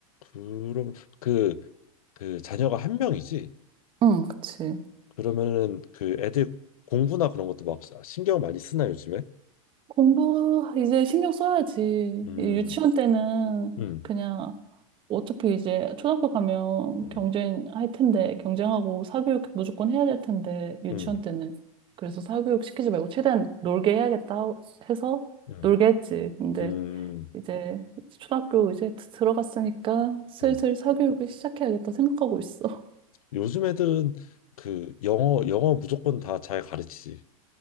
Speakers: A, on the left; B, on the right.
A: 그럼 그 그 자녀가 한 명이지?
B: 응, 그치.
A: 그러면은 그 애들 공부나 그런 것도 막 신경 많이 쓰나 요즘에?
B: 공부 이제 신경 써야지.
A: 음,
B: 이 유치원 때는
A: 음,
B: 그냥 어차피 이제 초등학교 가면
A: 음.
B: 경쟁할 텐데 경쟁하고 사교육 무조건 해야 될 텐데 유치원
A: 음.
B: 때는 그래서 사교육 시키지 말고 최대한 놀게 해야겠다 해서
A: 음,
B: 놀게 했지. 근데
A: 음,
B: 이제 초등학교 이제 드- 들어갔으니까 슬슬
A: 음.
B: 사교육을 시작해야겠다 생각하고 있어. <laughs>
A: 요즘 애들은 그 영어 영어 무조건 다 잘 가르치지.